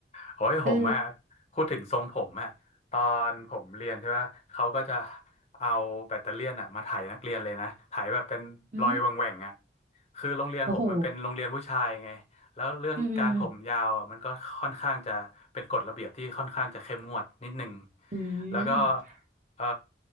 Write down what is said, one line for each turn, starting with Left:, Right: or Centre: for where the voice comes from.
Left: โอ้ยผมอ่ะ
Right: เออ
Left: พูดถึงทรงผมอ่ะตอนผมเรียนใช่ปะเขาก็จะเอาแบตเตอเลียนอ่ะมาไถนักเรียนเลยนะไถแบบเป็นรอยแหว่งๆอ่ะ
Right: อืม
Left: คือโรงเรียนผมมันเป็นโรงเรียนผู้ชายไงแล้วเรื่องการผมยาวอ่ะมันก็ค่อนข้างจะเป็นกฎระเบียบที่ค่อนข้างจะเข้มงวดนิดนึง
Right: โอ้โหอืมอืมอื
Left: แล้วก็
Right: ม
Left: เออ